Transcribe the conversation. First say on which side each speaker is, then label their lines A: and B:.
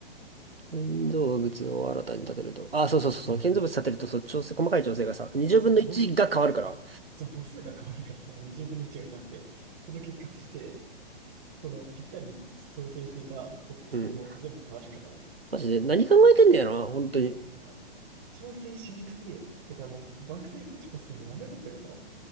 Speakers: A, on the right (about 75°); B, on the right (about 30°).
A: 建造物を新たに建てると。あ、そうそうそうそう。建造物建てると、そう、調整、細かい調整がさ、二0分の一が変わるから。
B: そうそう、ボス、その母数が変わるからさ、20分の1が変わって、その結果として、そのぴったり調整していたポップ数も全部変わるから、
A: うん。マジで、何考えてんだよな、本当に。い
B: わ調整しにくすぎる。だからもう、爆睡ポチポチするのやめろってこと